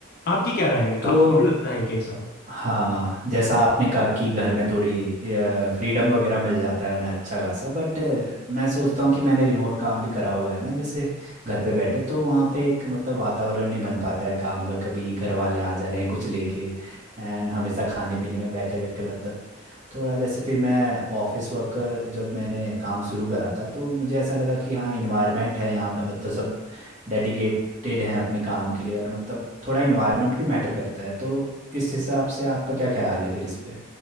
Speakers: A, on the left; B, on the right.
A: आपकी क्या राय है
B: तो
A: आपको लगता है कैसा
B: हाँ जैसा आपने कहा कि घर में थोड़ी फ्रीडम वगैरह मिल जाता है मैं अच्छा खासा बट मैं सोचता हूँ कि मैंने रिमोट काम भी करा हुआ है ना जैसे घर पे बैठे तो वहाँ पे एक मतलब वातावरण नहीं बन पाता है काम का कभी घर वाले आ जा रहे हैं कुछ लेके एंड हमेशा खाने पीने में बैठे बैठे मतलब थोड़ा जैसे फिर मैं ऑफिस वर्क जब मैंने काम शुरू करा था तो मुझे ऐसा लगा कि हाँ इन्वायरमेंट है यहाँ पे मतलब सब डेडिकेटेड हैं अपने काम के लिए और मतलब थोड़ा इन्वायरमेंट भी मैटर करता है तो इस हिसाब से आपका क्या ख्याल है फिर इस पे